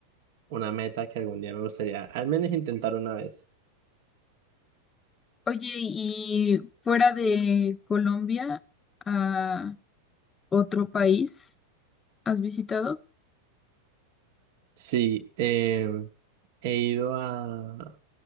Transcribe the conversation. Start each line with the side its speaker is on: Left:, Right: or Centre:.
Right: una meta que algún día me gustaría al menos intentar una vez.
Left: Oye, y fuera de Colombia, a otro país, ¿has visitado?
Right: Sí, eh, he ido a,